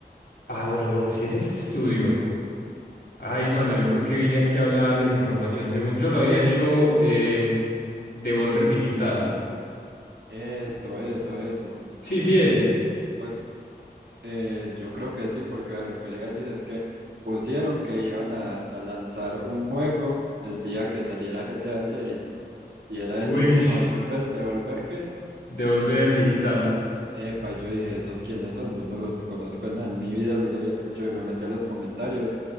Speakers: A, on the left; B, on the right.
A: Ah, bueno, no, si ese es estudio. Ay, mano, yo creo que vine aquí a hablar desinformación. Según yo lo había hecho, eh, Devolver Digital.
B: Eso, eso, eso.
A: Sí, sí es.
B: Pues eh, yo creo que sí, porque lo que le iba a decir es que pusieron que iban a, a lanzar un juego el día que saliera GTA 6 y era
A: Uy.
B: ese como
A: <laughs>
B: devolver, devolver qué.
A: Devolver Digital.
B: Epa, y yo dije, ¿esos quiénes son? Yo no los conozco en nada, en mi vida los había escuchado y me metí a los comentarios